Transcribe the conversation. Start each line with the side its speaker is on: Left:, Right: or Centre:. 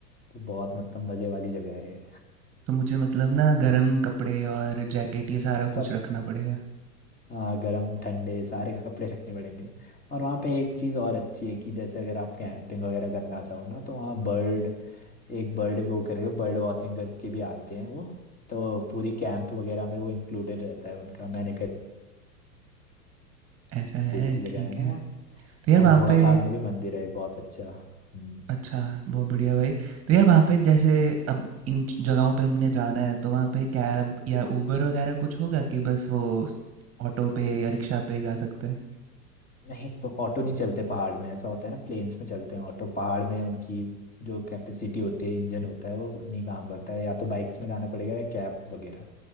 Left: तो बहुत मतलब मजे वाली जगह है ये।
Right: तो मुझे मतलब ना गर्म कपड़े और जैकेट ये सारा
Left: सब
Right: कुछ रखना पड़ेगा
Left: हाँ गर्म ठंडे सारे कपड़े रखने पड़ेंगे और वहाँ पे एक चीज़ और अच्छी है कि जैसे अगर आप कैंपिंग वगैरह करना चाहो ना तो वहाँ बर्ड एक बर्ड वो करके बर्ड वॉचिंग करके भी आते हैं वो तो पूरी कैंप वगैरह में वो इंक्लूडेड रहता है उनका मैंने
Right: ऐसा है
Left: नाम की जगह
Right: ठीक
Left: है ना
Right: है
Left: वहाँ
Right: तो यार
Left: और
Right: वहाँ
Left: घोड़ाखाल
Right: पे
Left: में भी मंदिर है एक बहुत अच्छा हम्म,
Right: अच्छा बहुत बढ़िया भाई तो यार वहाँ पे जैसे अब इन जगहों पे हमने जाना है तो वहाँ पे कैब या उबर वगैरह कुछ होगा कि बस वो ऑटो पे या रिक्शा पे जा सकते हैं
Left: नहीं तो ऑटो नहीं चलते पहाड़ में ऐसा होता है ना प्लेन्स में चलते हैं ऑटो पहाड़ में उनकी जो कैपेसिटी होती है इंजन होता है वो नहीं काम करता है या तो बाइक्स में जाना पड़ेगा या कैब वगैरह